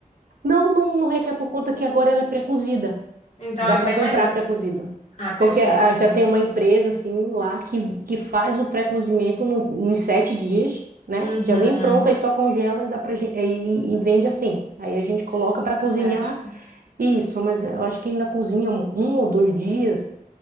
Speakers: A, on the right; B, on the left.
A: Não, não, não requer por conta que agora ela é pré-cozida.
B: Então
A: Dá
B: é
A: para
B: bem
A: comprar
B: mais.
A: pré-cozida.
B: Ah, perfeito,
A: Porque ah,
B: então.
A: já tem uma empresa, assim, lá que, que faz o pré-cozimento no- nos sete dias, né?
B: Uhum,
A: Já vem pronto, aí só congela e dá pra gente, e, e- e vende assim. Aí a gente coloca
B: super
A: para cozinhar
B: prático.
A: isso, mas eu acho que ainda cozinha um, um ou dois dias,